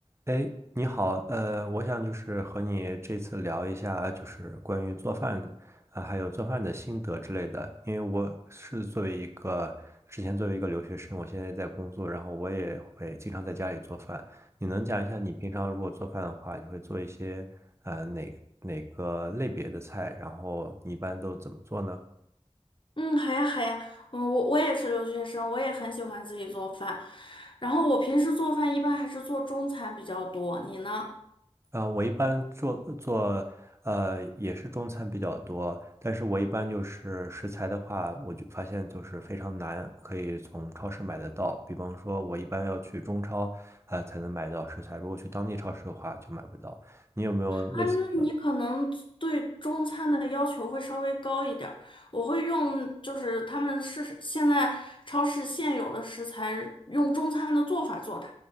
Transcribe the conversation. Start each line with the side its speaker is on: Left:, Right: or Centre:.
Right: 哎，你好，呃，我想就是和你这次聊一下，就是关于做饭啊，还有做饭的心得之类的。因为我是作为一个之前作为一个留学生，我现在在工作，然后我也会经常在家里做饭。你能讲一下你平常如果做饭的话，你会做一些呃哪哪个类别的菜，然后你一般都怎么做呢？
Left: 嗯，好呀，好呀，嗯，我我也是留学生，我也很喜欢自己做饭。然后我平时做饭一般还是做中餐比较多，你呢？
Right: 啊，呃我一般做做呃也是中餐比较多，但是我一般就是食材的话，我就发现就是非常难，可以从超市买得到。比方说，我一般要去中超，呃才能买到食材，如果去当地超市的话就买不到。你有没有类似的？
Left: 啊，那你可能对中餐的要求会稍微高一点儿。我会用就是他们是现在超市现有的食材，用中餐的做法做它。